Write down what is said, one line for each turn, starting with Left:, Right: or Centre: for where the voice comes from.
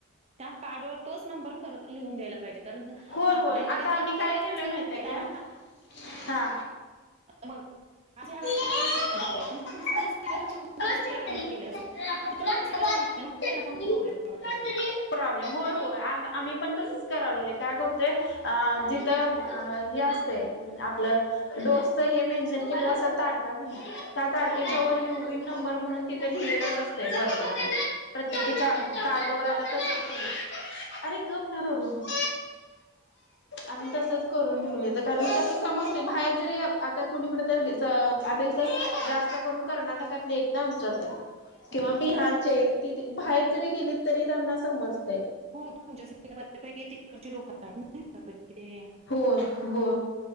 Right: त्या कार्डवर तोच नंबर खर लिहून द्यायला पाहिजे कारण ना.
Left: होय होय
Right: आपल्या इथं
Left: आता आम्ही
Right: जर
Left: काय
Right: व्यवस्थ
Left: केलंय
Right: करण
Left: माहितय
Right: केलं
Left: काय
Right: ना.
Left: हा.
Right: माझ्याा
Left: चटणी
Right: पण पुढच लसीकरण चुकवायला नको ते दुसऱ्या गावाला गेले असलं.
Left: चटणी लागते
Right: तिथे
Left: तुला
Right: लसीकरण
Left: हे बघ,
Right: आहेना त्यांना
Left: चटणी
Right: पण प्रॉब्लेम
Left: चटणी
Right: होतोय.
Left: प्रॉब्लेम होय होय आ आम्ही पण तस करायला लागलो काय करतो, अं जिथं अ हे असते आपलं डोसच हे मेन्शन ते असं तारखा देणार त्या तारखेच्या
Right: हं,
Left: वर युवी नंबर म्हणून. तिथ लहिलेलं असत वरती प्रत्येकीच्या
Right: हो,
Left: कार्ड वर आ तसच केल अरे गप ना रडवू नको. आम्ही तसच करून ठेवले तर कारण तस समजते बाहेर जरी आता कोणी कड. तर आता जास्त करून कर्नाटकातले येत ना आमच्या तर. किंवा
Right: हं.
Left: बिहारचे ति बाहेर जरी गेली तरी त्यांना समजत.
Right: खूप म्हणजे बऱ्या पैकी तिकडची लोक आहेत ना इकडे?
Left: हो हो